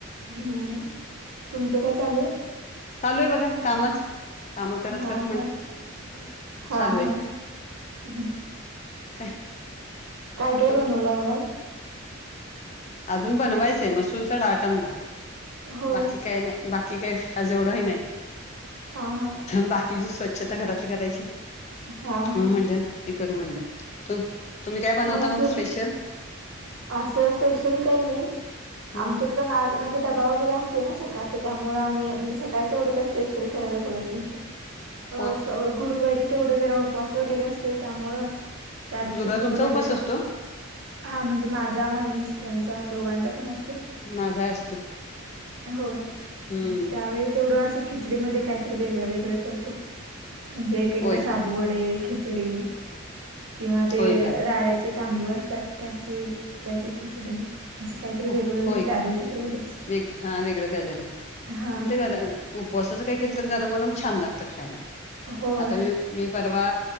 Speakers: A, on the right (about 70°); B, on the left (about 35°).
A: हम्म, तुमचं काय चालूय?
B: चालूय बघा कामच काम
A: आहे
B: करत
A: हा
B: करत म्हटलं
A: हा हा
B: चालूय
A: हा हम्म.
B: काय?
A: काय काय
B: तु
A: बनवलं मग आज?
B: आजून बनवायचंय मसूरचा डाळ कांंदा
A: होय
B: बाकी काही नाही बाकी काय? आज एवढं हे नाही
A: हा हा
B: बाकीची स्वच्छता घरातली करायची,
A: हा
B: म्हटलं
A: हा
B: हे करू, म्हणलं तु तुम्ही काय बनवता
A: मसूर
B: मग स्पेशल?
A: असं स्पेशल काही नाही
B: हम्म
A: आमच्यात पण आज म्हणजे डबा वगैरे असतोय ना सकाळचं त्याळं आम्ही म्हणजे सकाळचं एवढं काही स्पेशल करायला बघत नाही.
B: <unintelligible> <inaudible>
A: अ गुरुवारी तेवढं जरा उपवास वगैरे असतोय त्यामुळं त्या दिवशी
B: गुरुवार
A: थोडं
B: तुमचा
A: वेगळं
B: उपास असतो?
A: हा म्हणजे माझा माझ्या मिस्टरांडचा दोघांचा पण असतोय
B: माझा असतो.
A: होय
B: हम्म
A: त्यावेळेत तेवढं अस खिचडी मधे काहीतरी वेगळं वेगळं करतो म्हणजे एक एकदा
B: होय
A: शाबू
B: का
A: खिचडी किंवा ते
B: होय का
A: राय ते तांदूळ असतात. त्याचे त्याचे खिचडी असं काहीतरी
B: हो
A: वेगळं वेगळं
B: होय
A: त्या दिवशी तेवढंच.
B: वेग हा वेगळं काय तरी
A: हा.
B: मग तेच आता उपवासाच काय केलं तर गरम गरम छान लागत खायला.
A: होय.
B: आता मी मी परवा